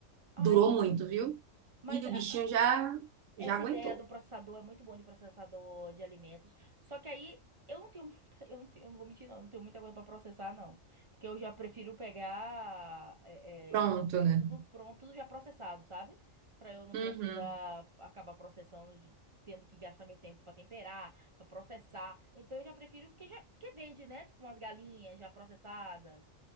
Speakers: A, on the right; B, on the right.
A: Ai,
B: durou
A: gente.
B: muito, viu?
A: Mas,
B: E o
A: a-
B: bichinho já, já
A: Essa
B: aguentou.
A: ideia do processador é muito bom de processador de alimentos. Só que aí eu não tenho <laughs> muita, eu não tenho, eu não vou mentir, não, eu não tenho muita coisa para processar, não. Porque eu já prefiro pegar é,
B: Pronto,
A: é,
B: né?
A: tudo pronto, tudo já processado, sabe? Para eu não
B: Uhum.
A: precisar acabar processando, de- tendo que gastar meu tempo para temperar, para processar. Então eu já prefiro que já que vende, né? Tipo umas galinhas já processadas.